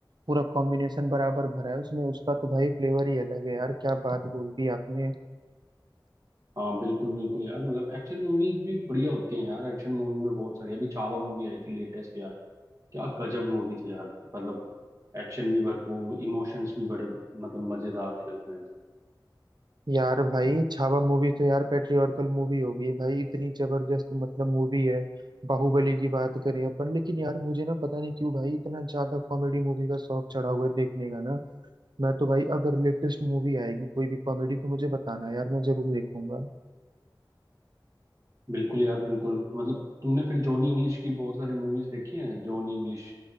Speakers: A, on the right; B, on the right.
A: पूरा कॉम्बिनेशन बराबर भरा है उसमें उसका तो भाई फ्लेवर ही अलग है यार क्या बात बोल दी आपने
B: हाँ बिल्कुल बिल्कुल यार मतलब एक्शन मूवीज भी बढ़िया होती हैं यार एक्शन मूवी में बहुत सारी अभी छावा मूवी आई थी लेटेस्ट यार, क्या गजब मूवी थी यार मतलब एक्शन भी भरपूर इमोशंस भी बड़े मतलब मजेदार थे उसमें
A: यार भाई छावा मूवी तो यार पेट्रियर्कल मूवी होगी भाई इतनी जबरदस्त मतलब मूवी है बाहुबली की बात करें अपन लेकिन यार मुझे ना पता नहीं क्यों भाई इतना ज्यादा कॉमेडी मूवी का शौक चढ़ा हुआ है देखने का ना मैं तो भाई अगर लेटेस्ट मूवी आएगी कोई भी कॉमेडी तो मुझे बताना यार मैं जरूर देखूंगा
B: बिल्कुल यार बिल्कुल मतलब तुमने फिर जॉनी इंग्लिश की बहुत सारी मूवीज देखी हैं Johnny English